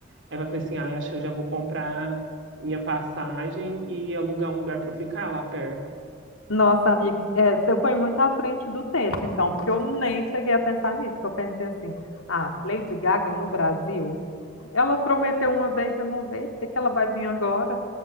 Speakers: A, on the right; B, on the left.
A: Aí eu falei assim, ah, acho que eu já vou comprar minha passagem e alugar um lugar para eu ficar lá perto.
B: Nossa, amiga, é, você foi muito à frente do tempo, então, porque eu nem cheguei a pensar nisso, que eu pensei assim, ah, Lady Gaga no Brasil, ela prometeu uma vez e não veio, por que que ela vai vir agora?